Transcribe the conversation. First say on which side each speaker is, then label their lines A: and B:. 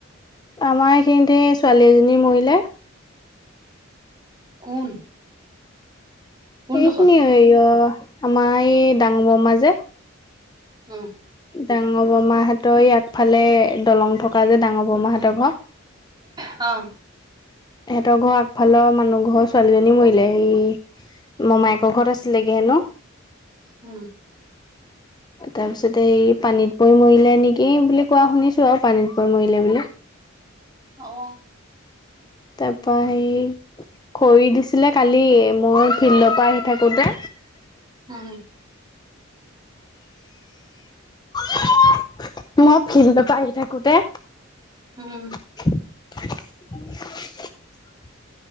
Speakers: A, on the left; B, on the right.
A: আমাৰ এইখিনিত এই ছোৱালী এজনী মৰিলে।
B: কোন? কোনডোখৰত
A: এইখিনি হেৰি অ, আমাৰ এই ডাঙৰ মামা যে।
B: উম,
A: ডাঙৰ বৰমাহঁতৰ এই আগফালে দলং থকা যে ডাঙৰ বৰমাহঁতৰ ঘৰ।
B: <inaudible> অ,
A: সিহঁতৰ ঘৰ আগফালৰ, মানুহ ঘৰৰ ছোৱালীজনী মৰিলে এই মোমায়েকৰ ঘৰত আছিলেগে হেনো।
B: উম,
A: তাৰপিছতে এই পানীত পৰি মৰিলে নেকি বুলি কোৱা শুনিছোঁ আৰু পানীত পৰি মৰিলে বুলি।
B: অ,
A: তাৰ পৰা হেই, খৰি দিছিলে কালি, মই ফিল্ডৰ পৰা আহি থাকোতে
B: উম,
A: মই ফিল্ডৰ পৰা, আহি থাকোতে
B: উম,
A: <unintelligible>